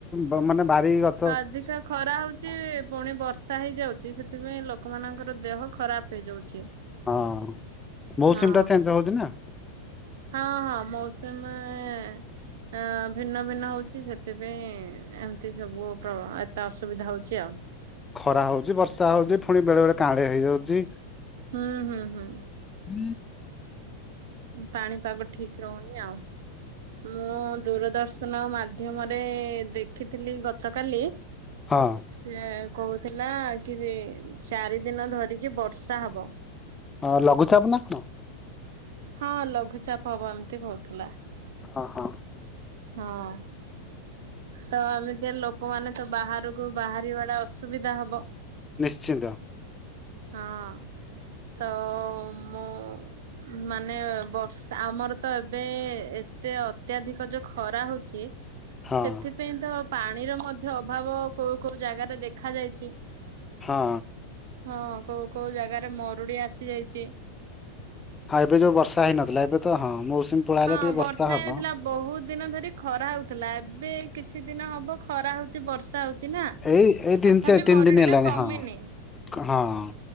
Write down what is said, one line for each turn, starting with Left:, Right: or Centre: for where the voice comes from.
Left: ବାର ମାନେ ବାରି ରଖ।
Right: ଅଧିକ ଖରା ହଉଛି। ପୁଣି ବର୍ଷା ବର୍ଷା ହେଇଯାଉଛି ସେଥିପାଇଁ ଲୋକମାନଙ୍କର ଦେହ ଖରାପ ହେଇଯାଉଛି।
Left: ହଁ ମୌସୁମି
Right: ହଁ
Left: ଟା ଚେଞ୍ଜ ହଉଛି ନାଁ।
Right: ହଁ ହଁ ମୌସୁମି ବା ହେଁ ଆଁ ଭିନ୍ନ ଭିନ୍ନ ହଉଛି ସେଥିପାଇଁ ଏମିତି ସବୁ ତ ଏତେ ଅସୁବିଧା ହଉଛି ଆଉ।
Left: ଖରା ହଉଛି ବର୍ଷା ହଉଛି ପୁଣି ବେଳେ ବେଳେ କାଆଁଳିଆ ହେଇଯାଉଛି।
Right: ଉଁ ହୁଁ ହୁଁ।
Left: ହୁଁ।
Right: ପାଣିପାଗ ଠିଁକ ରହୁନି ଆଉ ମୁଁ ଦୂରଦର୍ଶନ ମାଧ୍ୟମରେ ଦେଖିଥିଲି ଗତକାଲି
Left: ହଁ।
Right: ସେ କହୁଥିଲା କି ଚାରି ଦିନ ଧରିକି ବର୍ଷା ହବ।
Left: ହଁ ଲଂଘୁଚାପ ନାଁ କଣ?
Right: ହଁ ଲଂଘୁଚାପ ହବ ଏମିତି କହୁଥିଲା।
Left: ଅଁ ହଁ।
Right: ହଁ। ତ ଏମିତି ଲୋକମାନେ ତ ବାହାରକୁ ବାହାରିବା ଟା ଅସୁବିଧା ହବ।
Left: ନିଶ୍ଚିନ୍ତ।
Right: ହଁ ତ ମୁଁ ମାନେ ବର୍ଷା ଆମର ତ ଏବେ ଏତେ ଅତ୍ୟାଧିକ ଯ ଖରା ହଉଛି
Left: ହଁ।
Right: ସେଥିପାଇଁ ତ ପାଣିର ମଧ୍ୟ ଅଭାବ କୋଉ କୋଉ ଜାଗାରେ ଦେଖା ଯାଇଚି।
Left: ହଁ।
Right: ହଁ କୋଉ କୋଉ ଜାଗାରେ ମରୁଡି ଆସି ଯାଇଚି।
Left: ହଁ ଏବେ ଯୋଉ ବର୍ଷା ହେଇନଥିଲା ଏବେ ତ ହଁ ମୌସୁମୀ। ପଳେଇଆଇଲା
Right: ହଁ
Left: ଟିକେ
Right: ବର୍ଷା
Left: ହବ।
Right: ହେଇନଥିଲା ବହୁତ ଦିନ ଧରି ଖରା ହଉଥିଲା ଏବେ କିଛି ଦିନ ହବ ଖରା ହଉଛି ବର୍ଷା ହଉ ଚିନା
Left: ଏଇ ଏଇ ତିନି
Right: ତଥାପି
Left: ଚା ତିନି
Right: ମରୁଡ଼ିଟା
Left: ଦିନ ହେଲାଣି
Right: କମିନି।
Left: ହଁ ହଁ